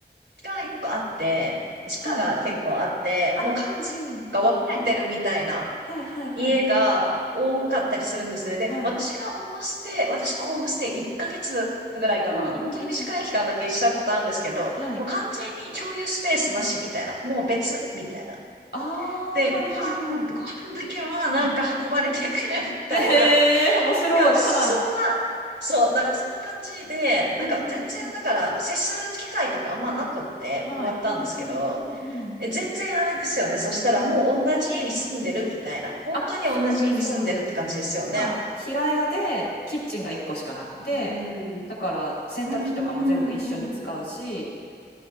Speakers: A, on the right; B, on the left.
A: がよくあって、地下が結構あって、
B: はい、はい。あ、
A: もう完全になんか分かれてるみたいな。
B: うんうん。はいはいはい。
A: 家が多かったりするんですね。で、
B: はい。
A: 私がホームステイ、私もホームステイ1ヶ月ぐらいかな。
B: うんうんうん。
A: 本当に短い期間だけしたことあるんですけど、
B: はい。
A: もう完全に共有スペースなしみたいな。もう別みたいな。
B: あ
A: で、
B: あ、はいはいはい。
A: ご飯、ご飯だけはなんか運ばれてくるみたいな。
B: うん。ええー、面白い。
A: なんかそんな、
B: はい。
A: そう、なんかそんな感じで、なんか全然だから接する機会とかあんまなくって終わったんですけど、
B: うんうんうん。はい。うんうんうんうん。
A: え、全然あれですよね。そしたらもう同じ家に住んでるみたいな。本当に同じ家に住んでるって感じですよね。
B: あ、そうですそうです。はい。平屋でキッチンが一個しかなくて、
A: うん。
B: だから洗濯機とかも全部一緒に使うし
A: うんうんうん。